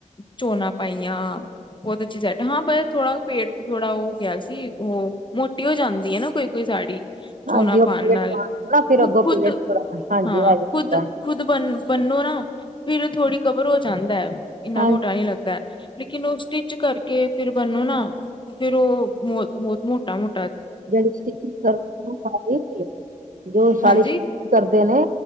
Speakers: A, on the left (about 35°); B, on the right (about 85°).
A: ਚੋਣਾਂ ਪਾਈਆਂ, ਬੋਤ ਅਛੀ ਸੈਟ, ਹਾਂ ਪਰ ਥੋੜਾ, ਪੇਟ ਥੋੜਾ ਓ ਹੋ ਗਿਆ ਸੀ ਓਹ ਮੋਟੀ ਹੋ ਜਾਂਦੀ ਏ ਨਾ ਕੋਈ-ਕੋਈ ਸਾੜੀ।
B: ਹਾਂਜੀ
A: ਚੋਣਾਂ
B: ਉਹ
A: ਪਾਣ
B: ਪੀਰੀਅਡ
A: ਨਾਲ।
B: ਪਾਉਣ ਨਾ ਫਿਰ
A: ਖੁ-
B: ਅੱਗੋਂ
A: ਖੁਦ
B: ਪੀਰੀਅਡ ਥੋੜਾ ਹਾਂਜੀ
A: ਹਾਂ,
B: ਹੈਗਾ ਹੁੰਦਾ।
A: ਖੁਦ- ਖੁਦ ਬ ਬੰਨੋ ਨਾ ਫਿਰ ਥੋੜੀ ਕਵਰ ਓ ਜਾਂਦਾ ਐ, ਇੰਨਾ
B: ਹਾਂਜੀ
A: ਮੋਟਾ ਨਈ ਲੱਗਦੈ। ਲੇਕਿਨ ਉਹ ਸਟਿਚ ਕਰਕੇ ਫਿਰ ਬੰਨੋ ਨਾ, ਤੇ ਫਿਰ ਓ ਬਹੁ ਬਹੁਤ ਮੋਟਾ-ਮੋਟਾ
B: ਜਿਹੜੀ ਸਟਿਚਿੰਗ ਕਰਦੀ, ਓ ਸਾੜੀ ਸੀ, ਜੋ ਸਾੜੀ
A: ਹਾਂਜੀ
B: ਕਰਦੇ ਨੇ,